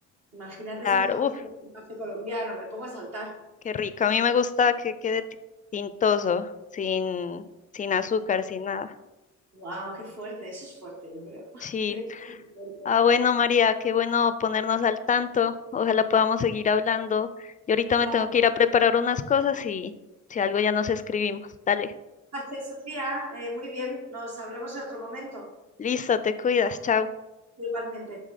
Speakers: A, on the right (about 55°); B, on the left (about 25°).
A: Imagínate
B: Claro,
A: si me tomo
B: uff,
A: un café colombiano, me pongo a saltar.
B: qué rico. A mí me gusta que quede ti- tintoso, sin, sin azúcar, sin nada.
A: ¡Wow! ¡Qué fuerte! Eso es fuerte, yo creo. <laughs>
B: Sí.
A: Tiene que ser muy fuerte.
B: Ah, bueno, María, qué bueno ponernos al tanto. Ojalá podamos seguir hablando. Yo ahorita
A: Vale,
B: me tengo que ir a preparar unas cosas y si algo ya nos escribimos. Dale,
A: gracias, Sofía. Eh, muy bien, nos hablamos en otro momento.
B: listo, te cuidas, chao.
A: Igualmente.